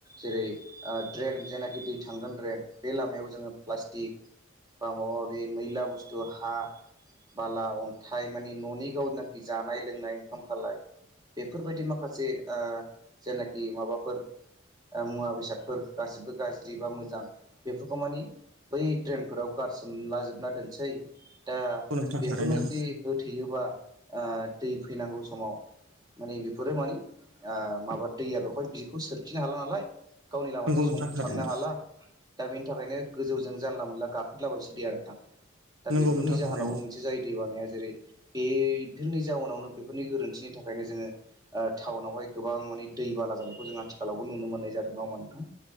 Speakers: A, on the right; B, on the right.
A: जेरै ओ ड्रेन जेनाखि दै थांगोन ड्रेन बे लामायाव जोङो प्लास्टिक बा माबा माबि मैला बुस्थु हा बाला अन्थाइ मानि न'नि गावनाखि जानाय लोंनाय ओंखाम खालाय बेफोरबायदि माखासे जेनाखि माबाफोर मुवा बेसादफोर गाससिबो गाज्रि बा मोजां बेफोरखौ माने बै ड्रेनफोराव गारसोमला जोबना दोनसै दा
B: नंगौ नोंथां
A: बेफोरनो
B: थारैनो
A: जुदि होथेयोबा ओ दै फैनांगौ समाव मानि बेफोरो मानि आ माबा दैया बेवहाय बिखौ सोरखिनो हाला नाल आय गावनि लामाजों
B: नंगौ
A: सं
B: नोंथां थारैनो
A: थांनो हाला दा बेनि थाखायनो गोजौजों जानला मोनला गाखोदला बायसो देैया नोंथां। दा
B: नंगौ
A: बेफोरनि
B: नोंथां
A: जाहोनावबो
B: थारैनो
A: मोनसे जायो दै बानाया जेरै बेथोरनि जाउनावनो बेफोरनि गोरोन्थिनि थाखायनो जोङो ओ टाउनावहाय गोबां माने दै बान ना जानायखौ जों आथिखालावबो नुनो मोननाय जादों नङा होनबा नोंथां।